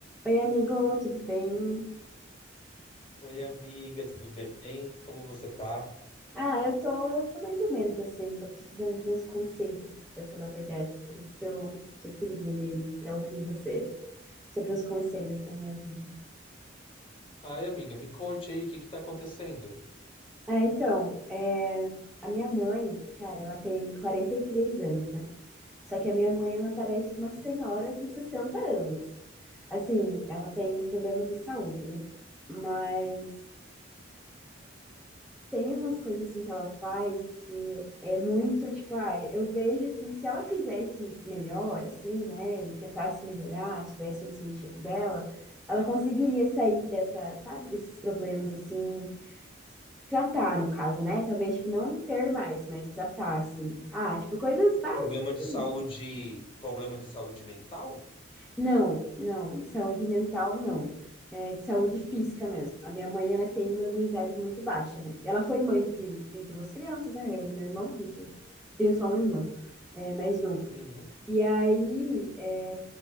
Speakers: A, in the centre; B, on the left.
A: Oi, amigo, tudo bem?
B: Oi, amiga, tudo bem? Como você tá?
A: Ah, eu tô, tô mais ou menos assim, tô precisando de uns conselhos, pra falar a verdade. Por isso que eu, que eu te liguei aí pra ouvir você sobre os conselhos da minha vida.
B: Ai, amiga, me conte aí o que que tá acontecendo?
A: Ah, então, é, a minha mãe, cara, ela tem 43 anos, né? Só que a minha mãe, ela parece uma senhora de 60 anos. Assim, ela tem problemas de saúde, né? Mas tem umas coisas assim que ela faz que é muito, tipo, ah, eu vejo que se ela fizesse melhor, assim, né, e tentasse melhorar, tivesse o incentivo dela, ela conseguiria sair dessa, sabe, desses problemas, assim, tratar, no caso, né, talvez, tipo, não ter mais, mas tratar, assim, ah, tipo, coisas básicas,
B: Problema
A: assim,
B: de saúde, problema de saúde mental?
A: Não, não, de saúde mental não. É de saúde física mesmo. A minha mãe, ela tem uma imunidade muito baixa, né? Ela foi mãe de, de duas crianças, né? Eu e meu irmão, a gente, eu tenho só um irmão, é, mais novo.
B: Uhum.
A: E aí, é,